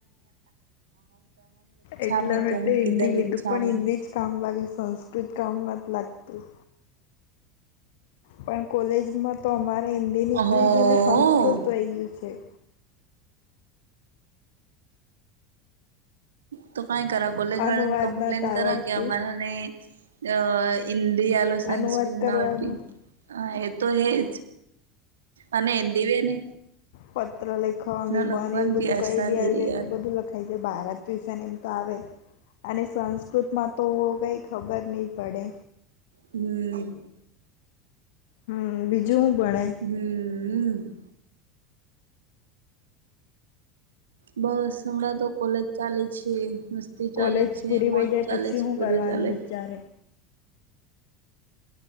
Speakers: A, on the left (about 60°); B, on the right (about 70°).
A: એટલા
B: અમને
A: માટે હિન્દી લીધું પણ હિન્દી
B: <unintelligible> <unintelligible>
A: જ કામ લાગે સંસ્કૃત કામ નથી લાગતું. પણ કોલેજમાં તો અમારે હિન્દી નીકળી
B: ઓહો
A: ગયું ને સંસ્કૃત થઈ ગયું છે.
B: તો કઈ કરા કોલેજ
A: અનુવાદ
B: વાળા ને કમ્પ્લેન
A: નત આવડતું
B: કરા કે અમારાને અ હિન્દી આલે
A: અનુવાદ
B: સે સંસ્કૃત
A: કરવાનું
B: ના વટી. હા એ તો હેજ અને એ દિવે ને.
A: પત્ર લેખાવની
B: લખવાની
A: બાર એવું
B: બી
A: બધું
B: આસાની
A: કઈ બી આવી
B: રે
A: જાય
B: યાર
A: તો બધું લખે. થ ભારત ટ્યુસન એમ તો આવે. અને સંસ્કૃતમાં તો કઈ ખબર નહી પડે.
B: હમ.
A: હમ બીજું હું ભણે.
B: હમ. બસ હમણાં તો કોલેજ ચાલુ છે. બધું
A: કોલેજ
B: ચાલે છે
A: પૂરી વહી
B: મોજ
A: જાય
B: ચાલે
A: પછી
B: છે
A: હું
B: બધું
A: કરવાનું
B: ચાલે.
A: વિચારે